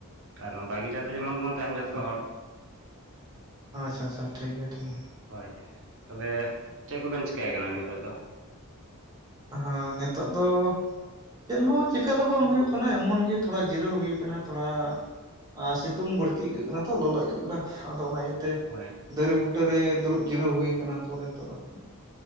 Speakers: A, on the right (about 60°); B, on the right (about 15°).
A: ᱟᱨ ᱱᱚᱝᱠᱟ ᱜᱮ ᱡᱟᱛᱮ ᱡᱮᱢᱚᱱ ᱵᱚᱱ ᱛᱟᱦᱮᱱ
B: ᱟᱪᱷᱟ
A: ᱡᱚᱛᱚ ᱦᱚᱲ
B: ᱟᱪᱷᱟ ᱟᱪᱷᱟ ᱴᱷᱤᱠ ᱜᱮᱭᱟ ᱴᱷᱤᱠ ᱜᱮᱭᱟ ᱾
A: ᱦᱳᱭ ᱛᱚᱵᱮ ᱪᱮᱫ ᱠᱚᱵᱮᱱ ᱪᱤᱭᱠᱟᱭ ᱠᱟᱱᱟ ᱱᱤᱛᱚᱜ ᱫᱚ?
B: ᱦᱚᱸ ᱱᱤᱛᱚᱜ ᱫᱚ ᱪᱮᱫ ᱦᱚᱸ ᱪᱤᱠᱟᱹ ᱫᱚ ᱵᱟᱝ ᱦᱩᱭᱩᱜ ᱠᱟᱱᱟ ᱮᱢᱚᱱ ᱜᱮ ᱛᱷᱚᱲᱟ ᱡᱤᱨᱟᱹᱣ ᱦᱩᱭᱩᱜ ᱠᱟᱱᱟ ᱛᱷᱚᱲᱟ ᱾ ᱟᱨ ᱥᱤᱛᱩᱝ ᱵᱟᱹᱲᱛᱤ ᱟᱹᱭᱠᱟᱹᱜ ᱠᱟᱱᱟ ᱛᱚ ᱞᱚᱞᱚ ᱟᱹᱭᱠᱟᱹᱜ ᱠᱟᱱᱟ ᱟᱫᱚ ᱚᱱᱟ ᱤᱭᱟᱹᱛᱮ ᱾
A: ᱦᱳᱭ ᱾
B: ᱫᱟᱨᱮ ᱵᱩᱴᱟᱹᱨᱮ ᱫᱩᱲᱩᱵ ᱡᱤᱨᱟᱹᱣ ᱦᱩᱭ ᱟᱠᱟᱱᱟ ᱵᱚᱞᱮ ᱱᱤᱛᱚᱜ ᱫᱚ ᱾